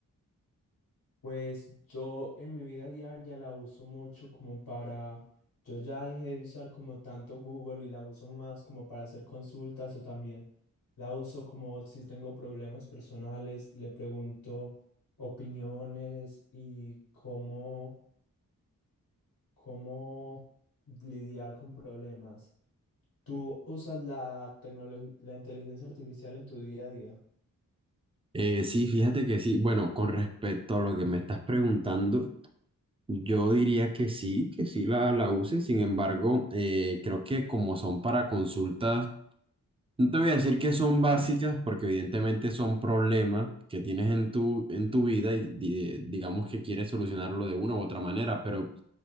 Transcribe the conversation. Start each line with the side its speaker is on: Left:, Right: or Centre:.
Left: Pues yo en mi vida diaria la uso mucho como para, yo ya dejé de usar como tanto Google y la uso más como para hacer consultas o también la uso como si tengo problemas personales, le pregunto opiniones y cómo, cómo lidiar con problemas. ¿Tú usas la tecnología, la inteligencia artificial en tu día a día?
Right: Eh, sí, fíjate que sí. Bueno, con respecto a lo que me estás preguntando, yo diría que sí, que sí la, la uses. Sin embargo, eh, creo que como son para consultas No te voy a decir que son básicas porque evidentemente son problemas que tienes en tu, en tu vida y di- digamos que quieres solucionarlo de una u otra manera, pero